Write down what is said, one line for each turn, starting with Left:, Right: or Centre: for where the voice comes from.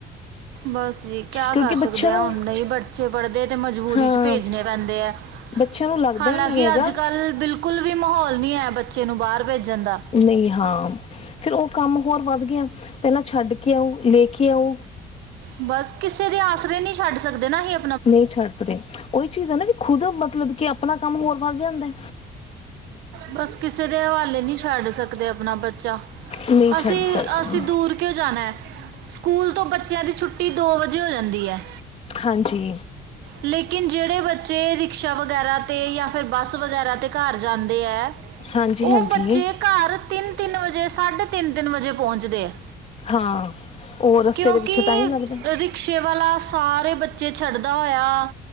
Right: ਬਾੱਸ ਜੀ ਕੇਆ
Left: ਕਿਉਂਕਿ
Right: ਕਰ ਸਕਦੇ
Left: ਬੱਚਿਆਂ ਨੂੰ
Right: ਆ ਹੁਨ ਨਈ ਬਟ ਬੱਚੇ ਪੜਦੇ ਐ ਤੇ ਮਜਬੂਰੀ
Left: ਹਾਂ
Right: ਚ ਭੇਜਣੇ ਪੈਂਦੇ ਐ,
Left: ਬੱਚਿਆਂ ਨੂੰ ਲੱਗਦਾ
Right: ਹਾਲਾਂਕਿ
Left: ਹੀ ਨਹੀਂ ਹੈਗਾ
Right: ਅੱਜ-ਕੱਲ ਬਿਲ- ਬਿਲਕੁਲ ਵੀ ਮਹੌਲ ਨੀ ਐ ਬੱਚੇ ਨੂੰ ਬਾਰ ਭੇਜਨ ਦਾ।
Left: ਨਈ, ਹਾਂ ਫੇਰ ਓ ਕੰਮ ਹੋਰ ਵੱਧ ਗੇਆ, ਪੈਲਾਂ ਛੱਡ ਕੇ ਆਓ, ਲੇਕੇ ਆਓ।
Right: ਬਾੱਸ ਕਿਸੇ ਦੇ ਆਸਰੇ ਨੀ ਛਾੱਡ ਸਕਦੇ ਨਾ ਏਹੇ
Left: ਨਈ ਛਾੱਡ ਸਕਦੇ, ਓਈ ਚੀਜ਼ ਐ ਨਾ ਵੀ ਖੁਦ ਮਤਲਬ ਕੇ ਆਪਨਾ ਕਾੰਮ ਹੋਰ ਵੱਧ ਜਾਂਦੈ।
Right: ਬਾੱਸ ਕਿਸੇ ਦੇ ਹਵਾਲੇ ਨੀ ਛਾੱਡ ਸਕਦੇ ਆਪਨਾ ਬੱਚਾ,
Left: ਨਹੀਂ
Right: ਅਸੀ
Left: ਛੱਡ ਸਕਦਾ
Right: ਅ ਅਸੀ ਦੂਰ ਕਯੋ ਜਾਨੈ। ਸਕੂਲ ਤੋ ਬੱਚੇਆਂ ਦੀ ਛੁੱਟੀ ਦੋ ਵਜੇ ਹੋ ਜਾਂਦੀ ਐ।
Left: ਹਾਂਜੀ।
Right: ਲੇਕਿਨ ਜੇੜੇ ਬੱਚੇ ਰਿਕਸ਼ਾ ਵਗੈਰਾ ਤੇ ਯਾ ਫੇਰ ਬਾੱਸ ਵਗੈਰਾ ਤੇ ਘਾਰ ਜਾਨ ਦੇ ਐ
Left: ਹਾਂਜੀ
Right: ਓ
Left: ਹਾਂਜੀ
Right: ਬੱਚੇ ਘਾਰ ਤਿੰਨ-ਤਿੰਨ ਵਜੇ, ਸਾਢੇ ਤਿੰਨ-ਤਿੰਨ ਵਜੇ ਪੋਂਚਦੇ ਐ।
Left: ਹਾਂ, ਓ ਰਸਤੇ
Right: ਕਿਉਂਕਿ
Left: ਦੇ ਵਿੱਚੋਂ ਟਾਈਮ ਲੱਗਦੈ।
Right: ਰਿਕਸ਼ੇ ਵਾਲਾ ਸਾਰੇ ਬੱਚੇ ਛੱਡਦਾ ਹੋਏਆ,